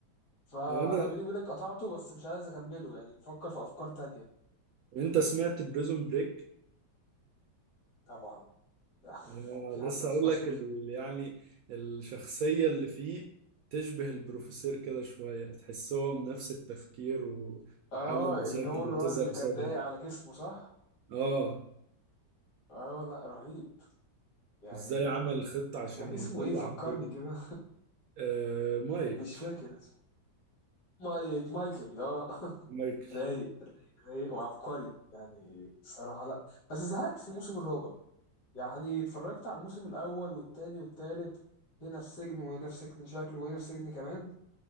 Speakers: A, on the left; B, on the right.
A: فأنا
B: طب أنا
A: بيني وبينك قطعته بس مش عايز أكمله يعني بفكر في أفكار تانية
B: وأنت سمعت بريزون بريك
A: طبعا <laughs>
B: أنا
A: في حد
B: لسه
A: ما سمعش
B: أقول لك
A: بيزم
B: ال... يعني الشخصية اللي فيه تشبه البروفيسور كده شوية تحسهم نفس التفكير و...
A: اه
B: وحل المشاكل
A: اللي هو
B: اللي
A: الولد
B: بتظهر
A: اللي
B: قصادهم
A: كان ضايق على جسمه صح؟
B: آه
A: اه لا رهيب يعني
B: وإزاي عمل خطة عشان
A: كان
B: يطلع
A: اسمه ايه فكرني
B: أخوه
A: كده
B: آه مايك
A: <laughs> مش فاكر اسمه مايك مايكل اه <laughs>
B: مايك
A: رايق رايق رايق وعبقري يعني الصراحة لا بس زهقت في الموسم الرابع يعني اتفرجت على الموسم الأول والتاني والتالت هنا في سجن وهنا في سجن شكل وهنا في سجن كمان